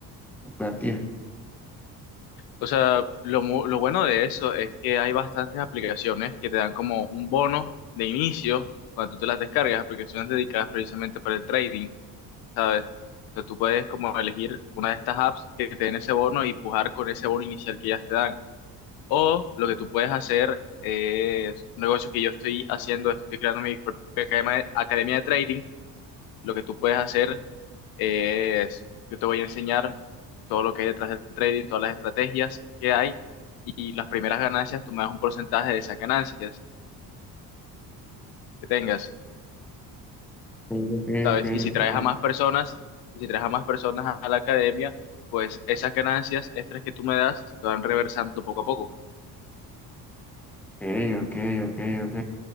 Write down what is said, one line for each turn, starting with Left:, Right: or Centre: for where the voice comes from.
Centre: invertir?
Left: O sea, lo, mu- lo bueno de eso es que hay bastantes aplicaciones que te dan como un bono de inicio cuando tú te las descargas, aplicaciones dedicadas precisamente para el trading, ¿sabes? O sea, tú puedes como elegir una de estas apps que te den ese bono y pujar con ese bono inicial que ya te dan. O lo que tú puedes hacer es un negocio que yo estoy haciendo, estoy creando mi propia academia, academia de trading. Lo que tú puedes hacer es, yo te voy a enseñar todo lo que hay detrás del trading, todas las estrategias que hay y las primeras ganancias, tú me das un porcentaje de esas ganancias que tengas,
Centre: Ok, ok,
Left: ¿sabes?
Centre: ok,
Left: Y si
Centre: ok,
Left: traes a más personas, y si traes a más personas a la academia, pues esas ganancias extras que tú me das se te van reversando poco a poco.
Centre: ok, ok, ok, ok.